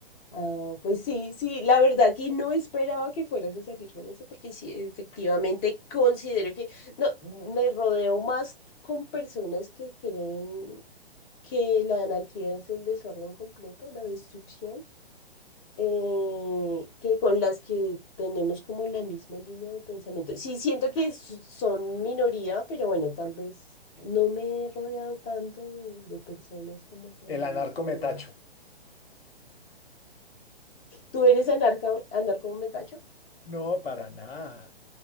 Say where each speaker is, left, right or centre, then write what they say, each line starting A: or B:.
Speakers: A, on the left; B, on the left.
A: ah, pues sí, sí, la verdad que no esperaba que fueras a salir con eso, porque sí, efectivamente considero que no, me rodeo más con personas que creen que la anarquía es el desorden completo, la destrucción. eh, que con las que tenemos como la misma línea de pensamiento. Sí, siento que s- son minoría, pero bueno, tal vez no me he rodeado tanto de, de personas como con
B: El
A: la
B: anarcometacho.
A: misma línea. ¿Tú eres anarca, anarco metacho?
B: No, para nada.